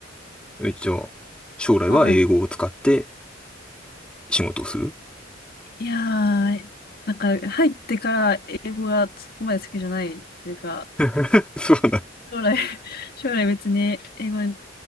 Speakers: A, in the centre; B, on the left.
A: 一応、将来は英語を使って
B: はい。
A: 仕事をする
B: いやー、なんか入ってから英語がそこまで好きじゃないというか、
A: <laughs> そうだ。
B: 将来、<laughs> 将来別に英語に